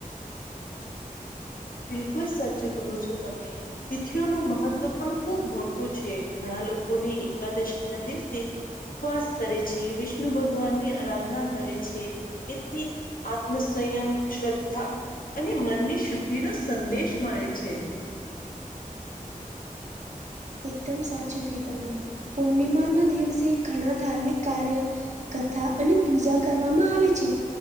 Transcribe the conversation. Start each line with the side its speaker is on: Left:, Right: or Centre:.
Left: બિલકુલ સાચું કહો છો તમે. તિથિઓનું મહત્વ પણ ખૂબ મોટું છે ઘણા લોકોને એકાદશી ના દિવસે ઉપવાસ કરે છે વિષ્ણુ ભગવાન ની આરાધના કરે છે. એથી આત્મસયમ શ્રદ્ધા અને મનની શુદ્ધ નો સંદેશ મળે છે.
Right: એકદમ સાચું કયું તમે પૂર્ણિમાના દિવસે ઘણા ધાર્મિક કાર્ય, કથા અને પૂજા કરવામાં આવે છે.